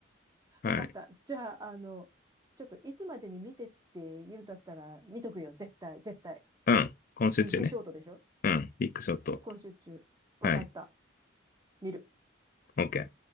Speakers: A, on the left (about 45°); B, on the right (about 20°).
A: はい。
B: わかった。じゃあ、あの、ちょっといつまでに見てって言うんだったら見とくよ。絶対、絶対。
A: うん。今週中ね。
B: ビッグショートでしょ
A: うん。ビッグショット。
B: 今週中。わかった。
A: はい。
B: 見る。
A: OK。